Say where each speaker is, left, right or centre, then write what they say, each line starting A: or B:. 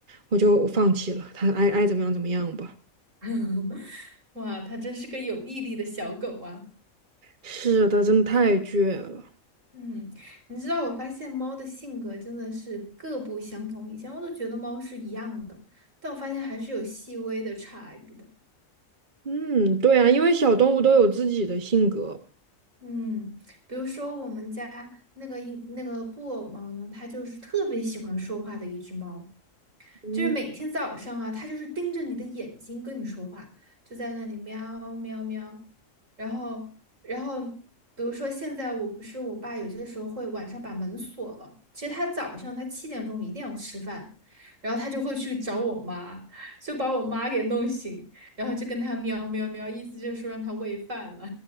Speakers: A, on the right (about 40°); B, on the right (about 65°).
A: 我就放弃了，它爱爱怎么样怎么样吧。
B: <laughs> 哇，它真是个有毅力的小狗啊。
A: 是的，真的太倔了。
B: 嗯，你知道我发现猫的性格真的是各不相同。以前我都觉得猫是一样的，但我发现还是有细微的差异的。
A: 嗯，对啊，因为小动物都有自己的性格。
B: 嗯，比如说我们家那个英那个布偶猫呢，它就是特别喜欢说话的一只猫，
A: 嗯，
B: 就是每天早上啊，它就是盯着你的眼睛跟你说话，就在那里喵喵喵。然后，然后，比如说现在我不是我爸有些时候会晚上把门锁了，其实他早上他七点钟一定要吃饭，然后他就会去找我妈，就把我妈给弄醒，然后就跟他喵喵喵，意思就是说让他喂饭了。